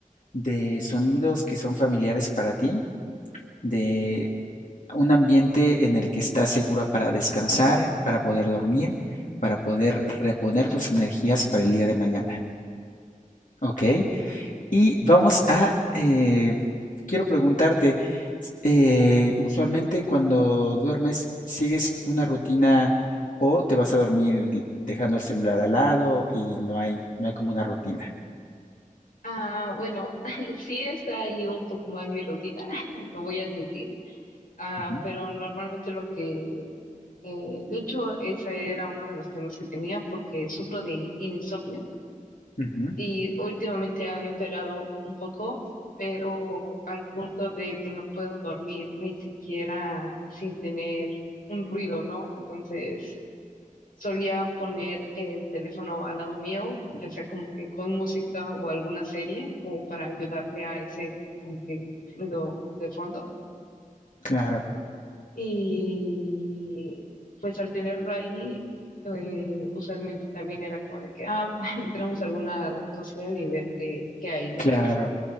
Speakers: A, on the left (about 65°); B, on the left (about 90°).
A: de sonidos que son familiares para ti, de un ambiente en el que estás segura para descansar, para poder dormir, para poder reponer tus energías para el día de mañana. ¿Ok? Y vamos a, eh, quiero preguntarte, eh, usualmente cuando duermes, ¿sigues una rutina o te vas a dormir dejando el celular al lado y no hay, no hay como una rutina?
B: Ah, bueno, <laughs> sí está ahí un poco mal mi rutina, <laughs> lo voy a admitir. Ah,
A: Ujú,
B: pero normalmente lo que, eh, de hecho, ese era uno de los temas que tenía porque sufro de insomnio.
A: ujú,
B: y últimamente ha empeorado un poco, pero al punto de que no puedo dormir ni siquiera sin tener un ruido, ¿no? Entonces solía poner el teléfono al lado mío, ya sea como que con música o alguna serie, como para ayudarme a ese como que ruido de fondo.
A: Claro,
B: Y pues al tenerlo ahí, eh, usualmente también era como de que, ah, <laughs> entramos a alguna red social y ver qué, qué hay, ¿no?
A: claro.